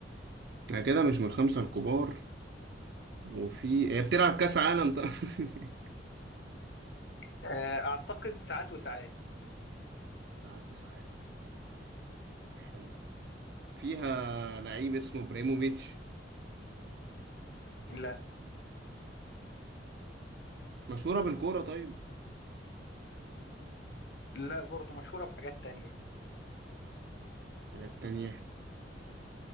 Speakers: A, on the right; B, on the left.
A: انا كده مش من الخمسة الكبار وفي هي بتلعب كأس عالم طيب <laughs>
B: آه اعتقد ساعات وساعات
A: ساعات وساعات حلو فيها لعيب اسمه ابراهيموفيتش
B: لا
A: مشهورة بالكورة طيب
B: لا برضه مشهورة بحاجات تانية
A: حاجات تانية